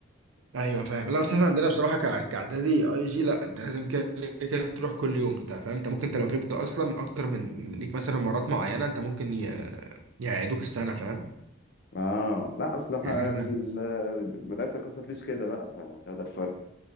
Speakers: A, on the right; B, on the left.
A: أيوه فاهم لا بس إحنا عندنا بصراحة كع- كإعدادي أي جي لا أنت لازم كده كده تروح كل يوم أنت فاهم أنت ممكن أنت لو غبت أصلا أكتر من ليك مثلا مرات معينة أنت ممكن ي- يعيدوك السنة فاهم
B: اه لا اصل إحنا
A: يعني إحنا
B: في المدرسه الخاصه مفيش كده بقى فهو ده الفرق